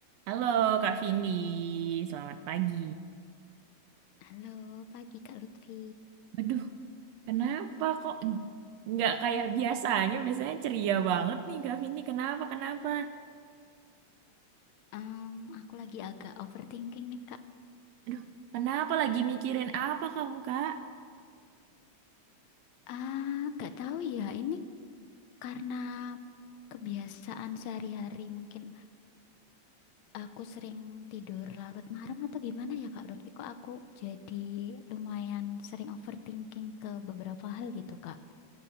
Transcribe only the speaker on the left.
Halo, pagi Kak Lutfi.
Em, aku lagi agak overthinking nih Kak.
Ah, gak tahu ya. Ini karena kebiasaan sehari-hari mungkin aku sering tidur larut malam atau gimana ya Kak Lutfi? Kok aku jadi lumayan sering overthinking ke beberapa hal gitu Kak.